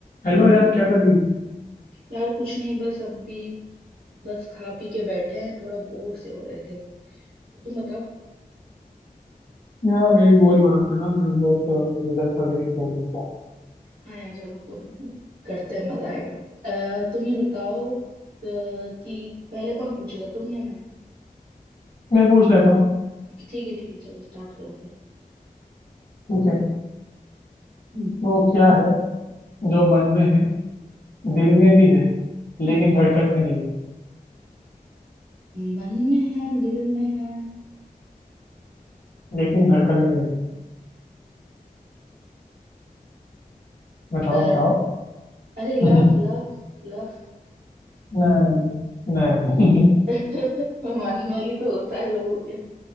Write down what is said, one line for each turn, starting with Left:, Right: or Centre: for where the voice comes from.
Left: Hello यार क्या कर रही हो
Right: यार कुछ नहीं बस अभी बस खा पी के बैठे हैं थोड़ा बोर से हो रहे थे तुम बताओ
Left: यार मैं भी बोर ही हो रहा था ना मेरा बहुत रिजल्ट वगैरह खेल रहा था
Right: हाँ यार चलो को- करते हैं मजा आएगा अ, तुम ये बताओ अ, कि पहले कौन पूछेगा तुम या मैं
Left: मैं पूछ लेता हूँ
Right: ठीक है ठीक है चलो स्टार्ट करो फिर
Left: ठीक है
Right: हम्म
Left: वो क्या है जो मन में है दिल में भी है लेकिन
Right: हम्म,
Left: धड़कन में नहीं है
Right: मन में है दिल में है
Left: लेकिन धड़कन में नहीं है बताओ
Right: अ,
Left: बताओ
Right: अरे लव
Left: <laughs>
Right: लव लव
Left: नहीं नहीं
Right: <laughs> मन में ही तो होता है लोगों के